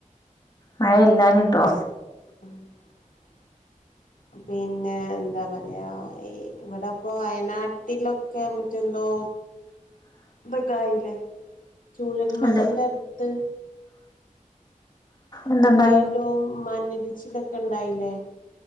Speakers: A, on the left (about 30°); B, on the left (about 80°).
A: മഴ ഇല്ലാഞ്ഞിട്ടോ
B: <inaudible> പിന്നെ എന്താ പറയാ ഈ ഇവടപ്പൊ വയനാട്ടിലൊക്കെ മറ്റെന്തോ
A: <inaudible>
B: ഇതൊക്കായിലെ, ചൂഴൽ മലന്റെ
A: എന്ത്
B: അട്ത്ത്
A: എന്തുണ്ടായി
B: വീണ്ടും മന്നിടിച്ചിലൊക്കെ ഇണ്ടായില്ലേ